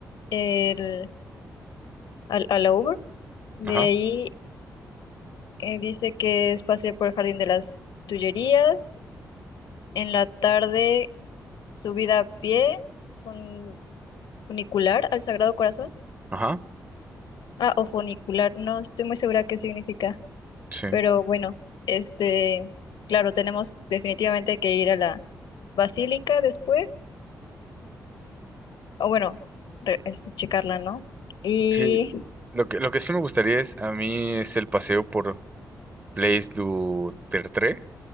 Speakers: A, on the left (about 75°); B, on the right (about 25°).
A: el, al, al Over. De
B: ajá,
A: ahí eh, dice que es paseo por el Jardín de las Tullerías. En la tarde, subida a pie, fun- funicular al Sagrado Corazón.
B: ajá.
A: Ah, o funicular, no estoy muy segura qué significa.
B: Sí.
A: Pero bueno, este, claro, tenemos definitivamente que ir a la basílica después o bueno, re- este, checarla, ¿no? Y,
B: Sí. Lo que, lo que sí me gustaría es, a mí es el paseo por Place du Tertre,